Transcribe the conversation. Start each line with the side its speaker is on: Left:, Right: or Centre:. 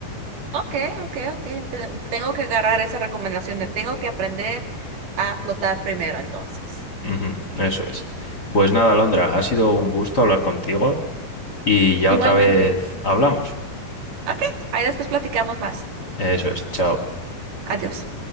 Right: ok, ok, ok. Te- Tengo que agarrar esa recomendación de tengo que aprender a flotar primero, entonces.
Left: Ujú, eso es. Pues nada, Alondra, ha sido un gusto hablar contigo y ya otra
Right: Igualmente.
Left: vez hablamos.
Right: Ok, ahí después platicamos más.
Left: Eso es, chao.
Right: Adiós.